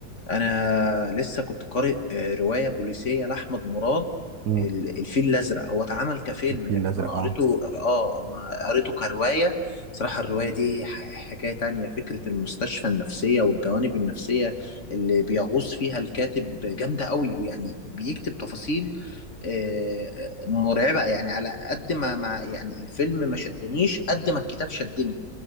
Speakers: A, on the left; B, on the right.
A: انا لسه كنت قارئ آه، روايه بوليسيه لاحمد مراد
B: مم.
A: ال- الفيل الازرق هو اتعمل كفيلم
B: الفيل
A: لكن
B: الازرق
A: انا قريته
B: اه
A: اه أنا قريته كروايه صراحه الروايه دي ح- حكايه تانية فكره المستشفى النفسيه والجوانب النفسيه اللي بيغوص فيها الكاتب جامده قوي ويعني بيكتب تفاصيل آه، مرعبه يعني على قد ما ما يعني الفيلم ما شدنيش قد ما الكتاب شدني